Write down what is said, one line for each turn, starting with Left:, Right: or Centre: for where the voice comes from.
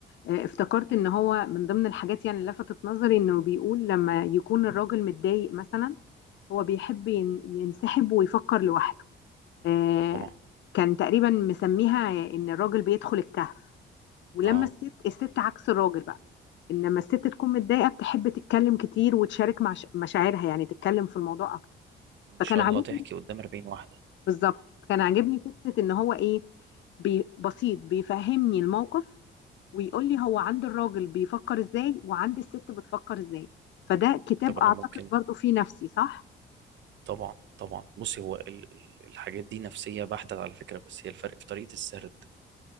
Left: آه، افتكرت ان هو من ضمن الحاجات يعني اللي لفتت نظري انه بيقول لما يكون الراجل متضايق مثلا هو بيحب ين- ينسحب ويفكر لوحده آه،
Right: طبعا
Left: كان تقريبا مسميها ان الراجل بيدخل الكهف ولما
Right: اه
Left: الست الست عكس الراجل بقى انما الست تكون متضايقة بتحب تتكلم كتير وتشارك مع مشاعرها يعني تتكلم في الموضوع اكتر
Right: وإن
Left: فكان
Right: شاء
Left: عاجبني
Right: الله تحكي قدام 40 واحدة
Left: بالظبط كان عاجبني فكرة ان هو ايه بي بسيط بيفهمني الموقف ويقول لي هو عند الراجل بيفكر ازاي وعند الست بتفكر ازاي فده كتاب
Right: طب
Left: اعتقد
Right: أنا ممكن
Left: برضو فيه نفسي صح
Right: طبعا طبعا بصي هو ال- ال- الحاجات دي نفسية بحتة على فكرة بس هي الفرق في طريقة السرد